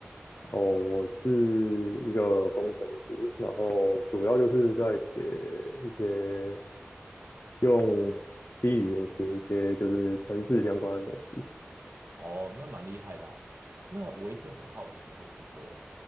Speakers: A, on the left; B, on the right.
A: 哦，我是一个工程师，然后主要就是在写一些用 C 语言写一些就是城市相关的东
B: 哦，那蛮厉害的啊。那我一直很好奇，就是说，